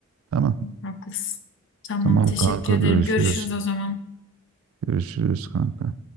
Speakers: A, on the right; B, on the left.
A: Tamam.
B: Haklısın. Tamam
A: Tamam
B: teşekkür
A: kanka
B: ederim.
A: görüşürüz.
B: Görüşürüz o zaman.
A: Görüşürüz kanka.